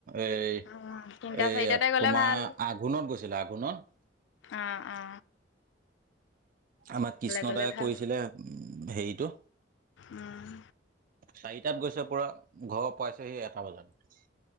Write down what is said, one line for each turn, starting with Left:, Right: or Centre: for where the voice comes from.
Right: এই,
Left: উম তিনিটা
Right: এইয়া
Left: চাৰিটাতে গ'লে
Right: তোমাৰ
Left: ভাল
Right: আঘোণত গৈছিলে, আঘোণত।
Left: অ', অ'।
Right: আমাক কৃষ্ণদাই
Left: গ'লে ভাল
Right: কৈছিলে, উ, হেৰিটো।
Left: উম
Right: চাৰিটাত গৈছে পোৰা ঘৰ পাইছেহি এটা বজাত।